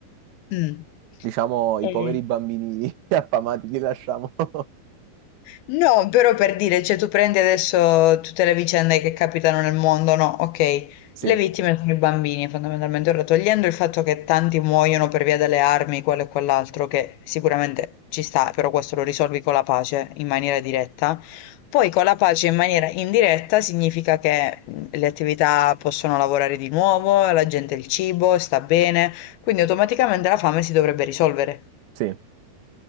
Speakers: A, on the left (about 80°); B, on the right (about 80°).
A: Mm.
B: Diciamo, i
A: E-
B: poveri bambini <laughs> affamati li lasciamo. <laughs>
A: No, però per dire, cioè tu prendi adesso tutte le vicende che capitano nel mondo, no? Ok,
B: Sì,
A: le vittime sono i bambini, fondamentalmente, ora togliendo il fatto che tanti muoiono per via delle armi, quello e quell'altro, che sicuramente ci sta, però questo lo risolvi con la pace in maniera diretta. Poi con la pace in maniera indiretta significa che mh, le attività possono lavorare di nuovo, la gente ha il cibo, sta bene, quindi automaticamente la fame si dovrebbe risolvere.
B: sì,